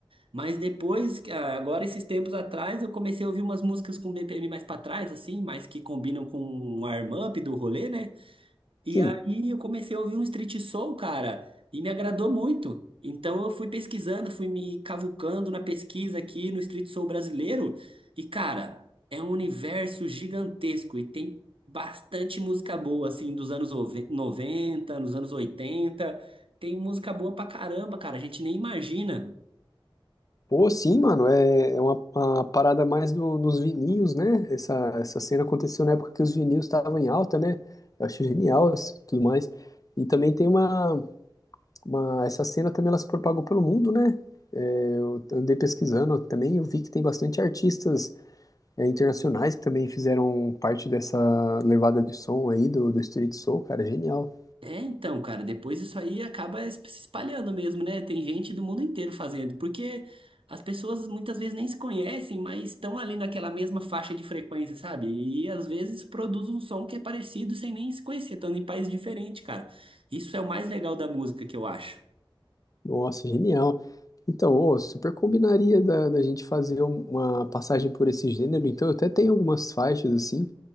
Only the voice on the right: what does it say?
Mas depois, que- ah, agora esses tempos atrás, eu comecei a ouvir umas músicas com BPM mais pra trás, assim, mais que combinam com o warm-up do rolê, né? E
aí eu comecei a ouvir um street soul, cara, e me agradou muito. Então eu fui pesquisando, fui me cavucando na pesquisa aqui no street soul brasileiro. E, cara, é um universo gigantesco e tem bastante música boa, assim, dos anos ove- 90, nos anos oitenta Tem música boa pra caramba, cara, a gente nem imagina.
É, então, cara, depois isso aí acaba es- se espalhando mesmo, né? Tem gente do mundo inteiro fazendo, porque as pessoas muitas vezes nem se conhecem, mas estão ali naquela mesma faixa de frequência, sabe? E às vezes produz um som que é parecido sem nem se conhecer, estando em países diferentes, cara. Isso é o mais legal da música que eu acho.